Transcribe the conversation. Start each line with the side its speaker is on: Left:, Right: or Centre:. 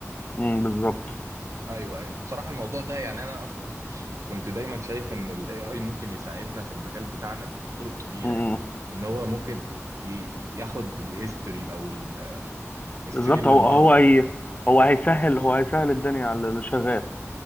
Left: امم بالظبط
Right: ايوه ايوه بصراحه الموضوع ده يعني انا اصلا كنت دايما شايف ان الاي اي ممكن يساعدنا في المجال بتاعنا بطرق كبيره
Left: امم
Right: يعني ان هو ممكن ي- ي- ياخد الهيستوري او ال- السجل
Left: بالظبط هو
Right: المرضي
Left: هو هي هو هيسهل هو هيسهل الدنيا على اللي شغال